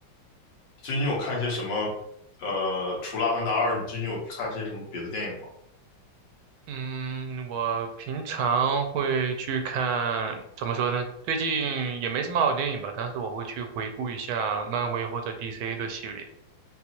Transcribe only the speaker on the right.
嗯，我平常会去看，怎么说呢？最近也没什么好电影吧，但是我会去回顾一下漫威或者 DC 的系列。